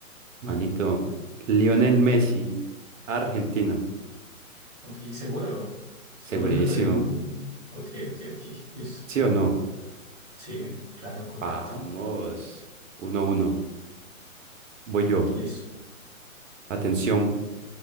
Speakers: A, on the right; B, in the centre.
A: manito. Lionel Messi, Argentina.
B: Ok, seguro. Seguro
A: Segurísimo.
B: que fue el... bu- Ok, ok, ok. Listo.
A: ¿Sí o no?
B: Sí, claro, correcto.
A: Vamos. uno uno, Voy yo.
B: Listo.
A: Atención.